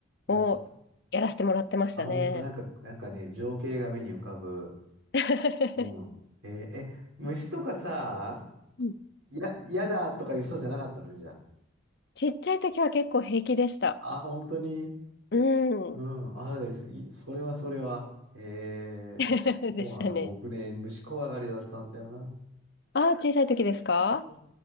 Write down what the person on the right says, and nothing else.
なんか、
あ、本当なんか、なんかね、情景が目に浮かぶ。
うん。えーえ、虫とかさ、
や、やだとか言う人じゃなかったのね、じゃ
あ。あ、本当に。
うん、あ、いいそれはそれは。ええそうなんだ。
僕ね、虫怖がりだったんだよな。
そう